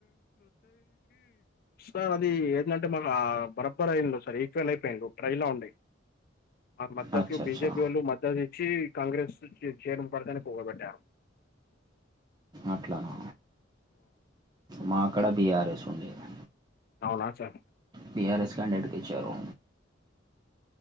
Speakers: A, on the left; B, on the right.
A: సార్ అది ఏంటంటే మాకు బరబర్ అయిళ్ళు సార్ ఈక్వల్ అయిపో ట్రైలా ఉండే మద్దతు
B: అచ్చా
A: బిజేపి
B: అచ్చా
A: వాళ్ళు మద్దతు ఇచ్చి కాంగ్రెస్ చేరు పడుతనే పోగబట్టారు
B: అట్లనా మా కాడ బిఆర్ఎస్ ఉండేది
A: అవునా సార్
B: బిఆర్ఎస్ కాండేట్ ఇచ్చారు